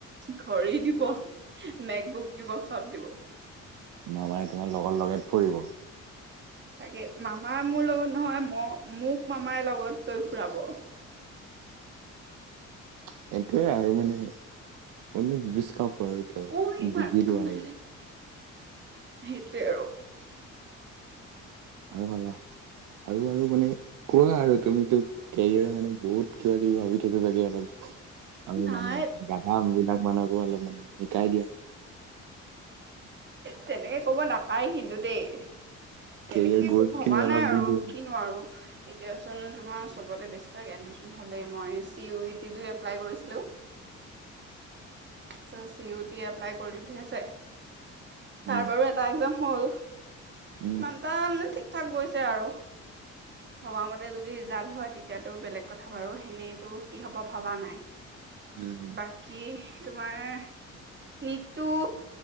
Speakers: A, on the right (about 35°); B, on the right (about 80°).
A: ঘড়ী দিব, নেগবুক দিব চব দিব।
B: মামাই তোমাৰ লগৰ লগে ফুৰিব।
A: তাকে, মামা মোৰ লগত নহয় ম মোক মামাই লগত তই ফুৰাব।
B: সেইটোৱে আৰু মানে কোনদিন বিচ খাপ আৰু ক
A: ঐ ইমান
B: গুজিলো
A: ৰাতিখন বাজি
B: আৰু।
A: লাগিছে সেইটোৱে আৰু।
B: আৰু ভাবা। আৰু আৰু মানে কোৱা আৰু তুমিতো কেৰিয়াৰ মানে বহুত কিবা -কিবি ভাবি থাকো চাগে অলপ। আমি
A: নাই
B: মানে গাধাবিলাক মানুহকো অলপ মানে শিকাই দিয়া।
A: তেনেকে কব নাপায় কিন্তু দেই।
B: কেৰিয়াৰ
A: তেনেকে একো
B: গ'ল
A: ভবা
B: খিনি অলপ
A: নাই
B: দি
A: আৰু
B: দিয়ে
A: কিনো আৰু এতিয়াচোন তোমাৰ চবতে বেছিভাগ এডমিশন হ'লেই মই চি ইউ ই টিতো এপ্লাই কৰিছিলোঁ। চ চি ইউটি এপ্লাই কৰিলো ঠিক আছে।
B: উম
A: তাৰ বাৰু এটা একজাম হ'ল,
B: উম
A: ইমানটা মানে ঠিক থাক গৈছে আৰু। ভবা মতে যদি ৰিজাল্ট হয় তেতিয়াতো বেলেগ কথা বাৰু সেনেইতো কি হব ভবা নাই।
B: উম হম
A: বাকী তোমাৰ নিটটো